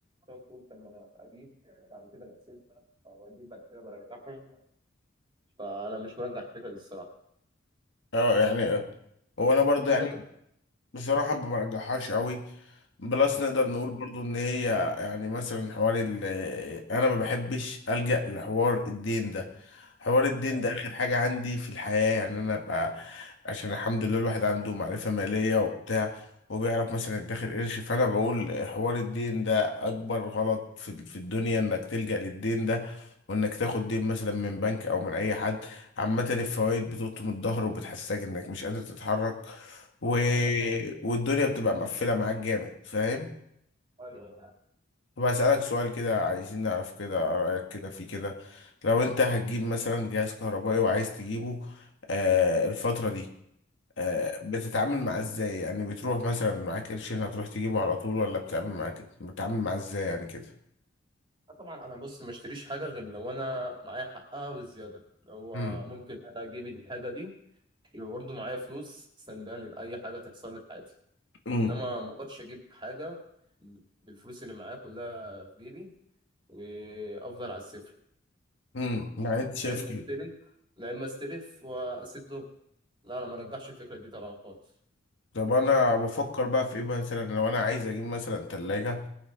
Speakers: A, on the right (about 25°); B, on the left (about 65°).
A: تقعد تقول طب ما انا اجيب بعد كده بسيب او اجيب بعد كده برجعهم فانا مش مرجح الفكره دي الصراحه
B: اه يعني آه. وانا برضو
A: لازم
B: يعني
A: انت
B: بصراحه ما برجحهاش قوي بلس نقدر نقول برضو ان هي يعني مثلا حوار ال... انا ما بحبش الجا لحوار الدين ده حوار الدين
A: آه.
B: ده اخر حاجة عندي في الحياة يعني انا ابقى عشان الحمد لله الواحد عنده معرفة مالية وبتاع وبيعرف مثلا يدخر قرش فانا بقول حوار الدين ده اكبر غلط في في الدنيا انك تلجأ للدين ده وانك تاخد دين مثلا من بنك او من اي حد عامة الفوائد بتقطم الظهر وبتحسسك انك مش قادر تتحرك و...
A: ايوه صح
B: والدنيا بتبقى مقفلة معاك جامد فاهم
A: ايوه ايوه
B: طب هسألك سؤال كده عايزين نعرف كده رأيك كده في كده لو انت هتجيب مثلا جهاز كهربائي وعايز تجيبه آه الفترة دي آه بتتعامل معاه ازاي يعني بتروح مثلا معاك قرشين هتروح تجيبه على طول ولا بتتعامل معاك بتتعامل معاه ازاي يعني كده
A: آه، طبعا انا بص ما اشتريش حاجه غير لو انا معايا حقها والزياده اللي هو
B: امم
A: ممكن انا اجيب الحاجه دي يبقى برضه معايا فلوس سنداني لاي حاجه تحصل لي في حياتي
B: امم
A: انما ما اقدرش اجيب حاجه بالفلوس اللي معايا كلها في جيبي وافضل على الصفر
B: امم يعني انت شايف
A: لا اما
B: كده
A: استلف لا اما استلف واسده لا انا ما رجحش الفكره دي طبعا خالص
B: طب انا بفكر بقى في ايه مثلا لو انا عايز اجيب مثلا تلاجة